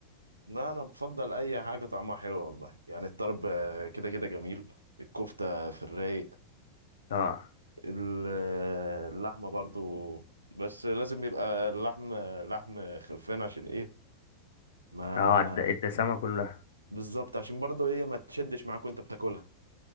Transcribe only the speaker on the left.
اه
اه الد- الدسامه كلها